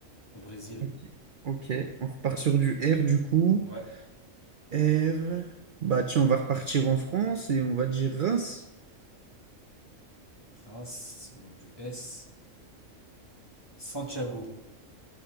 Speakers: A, on the left; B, on the right.
A: au Brésil.
B: Ok. Ok, on repart sur du R du coup.
A: Ouais.
B: R. Bah tiens, on va repartir en France et on va dire Reims.
A: Reims, donc du S. Santiago,